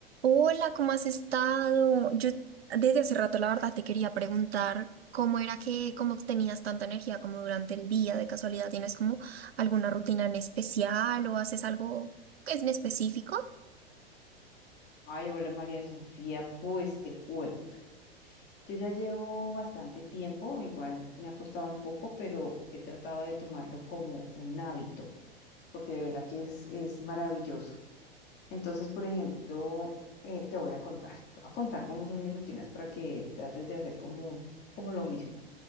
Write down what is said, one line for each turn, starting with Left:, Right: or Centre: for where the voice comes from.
Right: Hola, ¿cómo has estado? Yo desde hace rato, la verdad, te quería preguntar cómo era que, cómo tenías tanta energía como durante el día. De casualidad, ¿tienes como alguna rutina en especial o haces algo que es en específico?
Left: Ay, hola María Sofía, pues te cuento. Yo ya llevo bastante tiempo, igual me ha costado un poco, pero he tratado de tomarlo como un hábito, porque de verdad que es, es maravilloso. Entonces, por ejemplo, eh, te voy a contar, te voy a contar cómo son mis rutinas para que trates de hacer como, como lo mismo.